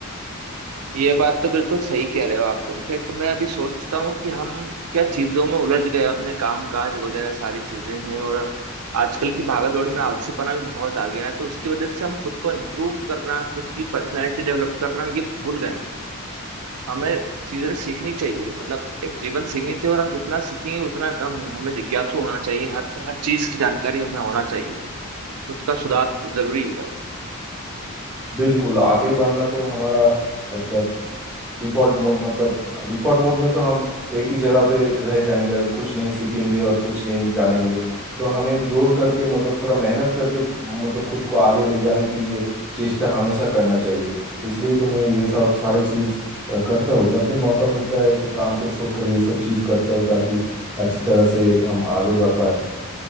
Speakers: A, on the right; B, in the centre.
A: ये बात तो बिल्कुल सही कह रहे हो आप इनफैक्ट मैं अभी सोचता हूँ कि हम क्या चीजों में उलझ गए अपने काम काज वगैरह सारी चीजें में और आजकल की भागदौड़ में आलसीपना भी बहुत आ गया है तो उसकी वजह से हम खुद को इम्प्रूव करना खुद की पर्सनैलिटी डेवलप करना ये भूल गए हैं। हमें चीजें सीखनी चाहिए मतलब एक जीवन सीमित है और हम जितना सीखेंगे उतना कम है हमें जिज्ञासु होना चाहिए हर हर चीज की जानकारी हमें होना चाहिए खुद का सुधार जरूरी है भाई
B: बिल्कुल आगे बढ़ना तो हमारा मतलब डिफॉल्ट मोड मतलब डिफॉल्ट मोड में तो हम एक ही जगह पे रह जाएंगे अगर कुछ नहीं सीखेंगे और कुछ नहीं जानेंगे तो हमें जोड़ करके मतलब थोड़ा मेहनत करके मतलब खुद को आगे ले जाने की ये चेष्टा हमेशा करना चाहिए इसलिए तो मैं ये सब सारे चीज अ, करता हूँ जब भी मौका मिलता है तो काम को छोड़कर ये सब चीज करता हूँ ताकि अच्छी तरह से हम आगे बढ़ पाए